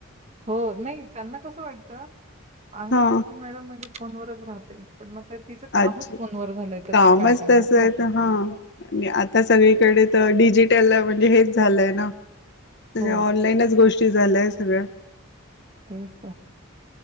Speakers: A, on the right; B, on the left.
A: हो नाही त्यांना कसं वाटत अंगणवाडीची
B: हा
A: मॅडम म्हणजे, फोन वच राहते पण मग. ते तिचं कामच
B: अच्छा
A: फोनवर झालंय, तर
B: कामच
A: ती काय करणार
B: तस
A: ना
B: आहे
A: आता?
B: हा आणि
A: हं.
B: आता सगळीकडे तर डिजिटल. त्याला म्हणजे हेच झालंय ना! म्हणजे
A: हो,
B: ऑनलाईनच गोष्ट. ब झालय आहे सगळ्या.
A: तेच ना